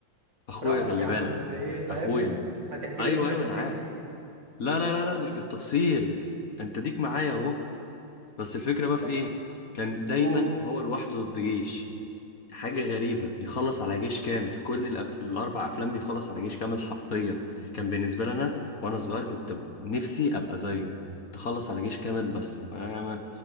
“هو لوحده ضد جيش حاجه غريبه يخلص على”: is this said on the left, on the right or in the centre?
Left